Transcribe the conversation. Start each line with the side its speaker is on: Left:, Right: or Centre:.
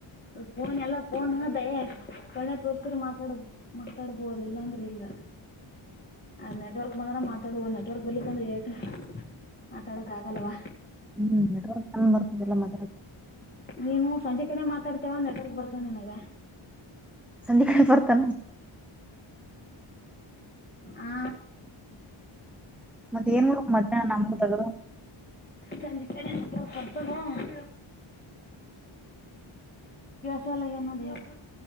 Left: ಫೋನ್ ಎಲ್ಲ ಫೋನ್ದಯ ಕಣ್ಣೆ ತೋರ್ಸ್ರೆ ಮಾತಾಡ ಮಾತಾಡ್ಬೋುದು ಇಲ್ಲಾಂದ್ರೆ ಇಲ್ಲ ಅ ನೆಟ್ವರ್ಕ್ ಬಂದ್ರ ಮಾತಾಡುವೋ ನೆಟ್ವರ್ಕ್ ಬರ್ಲಿಕ್ಕಂದ್ರ ಏಟ್ ಮಾತಾಡಕ್ ಆಗಲ್ವಾ
Centre: ಹ್ಮ್ ಮೆಟ್ರ ಚಂದ್ ಬರ್ತದಿಲ್ಲ ಮ
Left: ನೀನು ಸಂಜೆ ಕಡೆ ಮಾತಾಡ್ತೇವ ನೆಟ್ವರ್ಕ್ ಬರ್ತ ನಿನಗ
Centre: ಸಂದಿಕಡೆ ಪರತಾನ
Left: ಆ
Centre: ಮತ್ತ ಏನ್ ಮಧ್ಯಾಹ್ ನಮ ತಗ
Left: ಸಂಜಿಕಡೆ ಪರತ ಹ್ಮ ಸಗೆನ ದವು